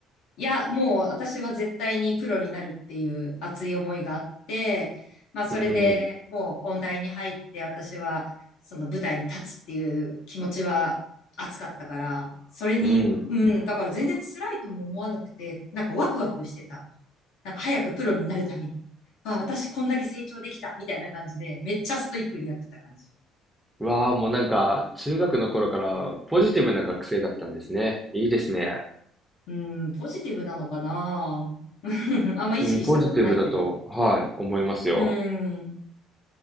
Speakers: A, on the left; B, in the centre.
A: いや、もう私は絶対にプロになるっていう熱い思いがあって、まあそれでもう音大に入って私はその舞台に立つっていう気持ちは熱かったから、
B: うん、
A: それに、
B: うん。
A: うん、だから全然辛いとも思わなくて、なんかワクワクしてた。なんか早くプロになるために。あ、私こんだけ成長できたみたいな感じで、めっちゃストイックにやってた感じ。
B: うわー、もうなんか、中学の頃からポジティブな学生だったんですね。いいですね。
A: うん、ポジティブなのかな <laughs> あんま意識したことないけど。
B: うん、ポジティブだと、はい、思いますよ。
A: うん。